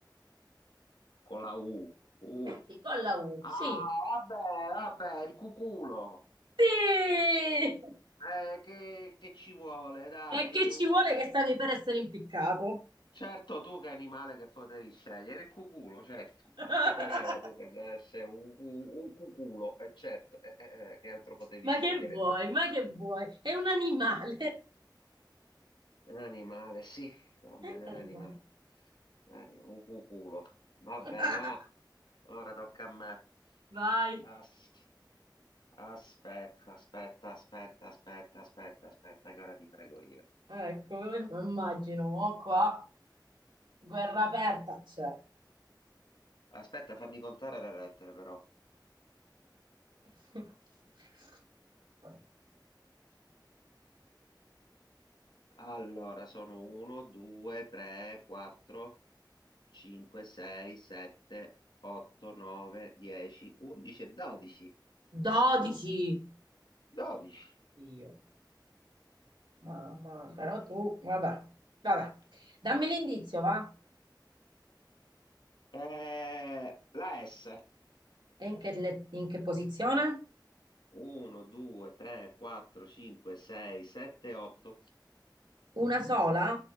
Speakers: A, on the left (about 80°); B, on the right (about 90°).
A: con la U, U.
B: Sì, con la U.
A: Ah,
B: Sì.
A: vabbè, vabbè, il cuculo.
B: Sì! E
A: Eh, che, che ci vuole, dai,
B: che ci
A: un,
B: vuole che stavi per essere impiccato?
A: Certo, tu che animale che potevi scegliere, il cuculo, certo.
B: <laughs>
A: Te pareva tu che deve essere un, un- un cuculo, e certo, eh, eh, eh, che altro potevi
B: Ma
A: scegliere
B: che vuoi?
A: tu?
B: Ma che vuoi? È un animale.
A: Un animale, sì, va bene,
B: È un animale.
A: un animale. Un anim- un cuculo. Va
B: <laughs>
A: bene, va. Ora tocca a me.
B: Vai.
A: As- aspetta, aspetta, aspetta, aspetta, aspetta, aspetta, che ora ti frego io.
B: Ecco, io me lo immagino, mo qua guerra aperta c'è.
A: Aspetta, fammi contare le lettere però.
B: <laughs>
A: Allora, sono uno, due, tre, quattro. 5, 6, 7, 8, 9, 10, 11 e 12.
B: Dodici.
A: 12.
B: Dio, mamma, però tu, vabbè, vabbè. Dammi l'indizio, va?
A: Eh, la S.
B: E in che, le- in che posizione?
A: 1, 2, 3, 4, 5, 6, 7, 8.
B: Una sola?